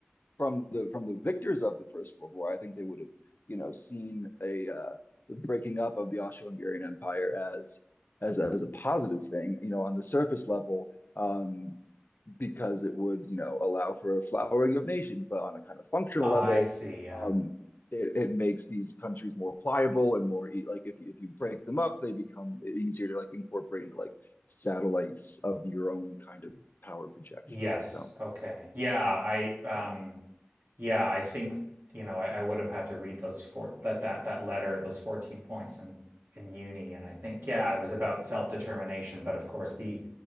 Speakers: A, on the left; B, on the right.
A: from the from the victors of the First World War, I think they would have you know seen a uh, the breaking up of the Austro-Hungarian Empire as as as a positive thing, you know, on the surface level, um, because it would you know allow for a flowering of nations, but on a kind of functional
B: I
A: level.
B: see. Yeah.
A: Um, it, it makes these countries more pliable and more e- like if you, if you break them up, they become easier to like incorporate into like satellites of your own kind of power projection.
B: Yes.
A: So
B: Okay. Yeah.
A: yeah.
B: I um
A: Yeah,
B: yeah, I think you know, I, I would have had to read those four that that that letter, those 14 points in in uni. And I think, yeah, it was about self-determination, but of course the